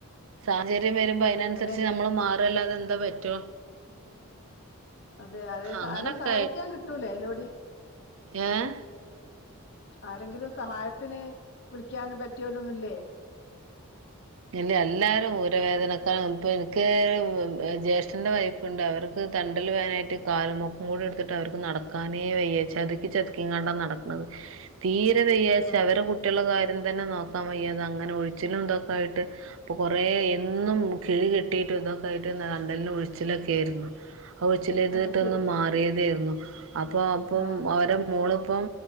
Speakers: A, on the right; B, on the left.
A: സാഹചര്യം വരുമ്പോ അതിനനുസരിച്ച്
B: അതന്നെ
A: നമ്മള് മാറല്ലാതെ എന്താ പറ്റോ
B: അതെ അതെ
A: അങ്ങനൊക്കെ
B: ആരേം സഹായിക്കാൻ കിട്ടൂലേ അയ്ലോടി.
A: ഏഹ്
B: ആരെങ്കിലും സഹായത്തിന് വിളിക്കാനും പറ്റിയോലൊന്നുല്ലേ?
A: ഇല്ല എല്ലാരും ഊരവേദനക്ക ഇപ്പ എനിക്ക് ജ്യേഷ്ഠന്റെ വൈഫ് ഇണ്ട് അവർക്ക് തണ്ടൽ വേദനായിട്ട് കാലമൊക്കം കൂടെ എടുത്തിട്ട് അവർക്ക് നടക്കാനേ വയ്യ ചതുക്കി ചതുക്കി - ങ്ങാണ്ട നടക്ണത് തീരെ വയ്യാച്ച
B: ആ
A: അവരുടെ കുട്ടിളെ കാര്യം തന്നെ നോക്കാൻ വയ്യാ അത് അങ്ങനെ ഉഴിച്ചിലും ഇന്തൊക്കെ ആയിട്ട് അപ്പൊ കൊറേ എന്നും കിഴി കെട്ടിയിട്ട് ഇതൊക്കെ ആയിട്ട് തണ്ടൽന് ഉഴിച്ചിലൊക്കെ ആയ്ര്ന്നു. ഉഴിച്ചിലെതിട്ടൊന്ന്
B: അത് ശരി
A: മാറിയതായിരുന്നു അപ്പൊ അപ്പം
B: ആ
A: ഓര മോളിപ്പം